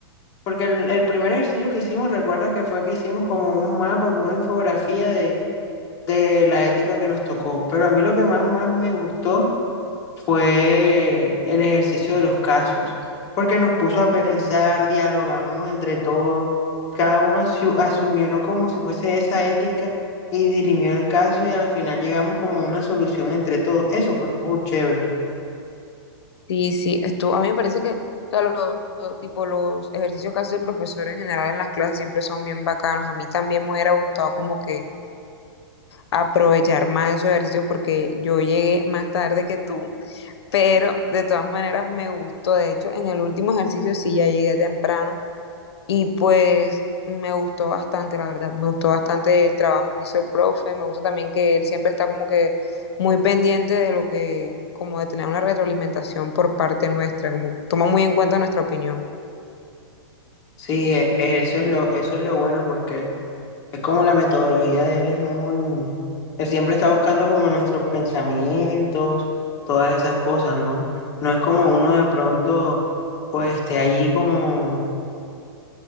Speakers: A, on the left (about 25°); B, on the left (about 70°).
A: porque el, el primer ejercicio que hicimos, recuerda que fue que hicimos como un mapa, como una infografía de, de la ética que nos tocó. Pero a mí lo que más, más me gustó fue el ejercicio de los casos, porque nos puso a pensar, dialogamos entre todos, cada uno asu- asumió como si fuese esa ética y dirimió el caso y al final llegamos como a una solución entre todos. Eso fue full chévere.
B: Sí, sí, estuvo, a mí me parece que o sea, los, los- tipo, los ejercicios que hace el profesor en general en las clases siempre son bien bacanos. A mí también me hubiera gustado como que aprovechar más esos ejercicios porque yo llegué más tarde que tú, pero de todas maneras me gustó. De hecho, en el último ejercicio sí ya llegué temprano y pues me gustó bastante, la verdad. Me gustó bastante el trabajo que hizo el profe. Me gusta también que él siempre está como que muy pendiente de lo que, como de tener una retroalimentación por parte nuestra, como toma muy en cuenta nuestra opinión.
A: Sí, e- e, eso es lo, eso es lo bueno porque es como la metodología de él es muy, él siempre está buscando como nuestros pensamientos, todas esas cosas, ¿no? No es como uno de pronto, pues esté allí como